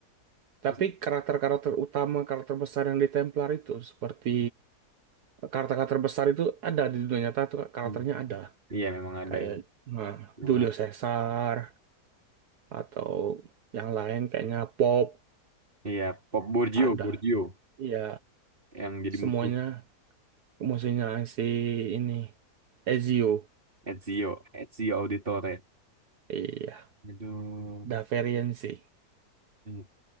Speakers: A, on the right; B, on the right.
A: Tapi
B: Assassin.
A: karakter-karakter utama, karakter besar yang di Templar itu seperti eh, karakter-karakter besar itu ada di dunia nyata tuh karakternya
B: Hmm.
A: ada.
B: Iya memang ada
A: Kayak
B: yang.
A: nah,
B: memang
A: Julio
B: ada.
A: Caesar atau yang lain kayaknya Pop
B: Iya, Pop Borgio,
A: ada.
B: Borgio
A: Iya,
B: yang jadi
A: semuanya
B: musuh
A: musuhnya si ini Ezio.
B: Ezio, Ezio Auditore.
A: Iya,
B: Aduh,
A: Daverian sih.
B: Iya.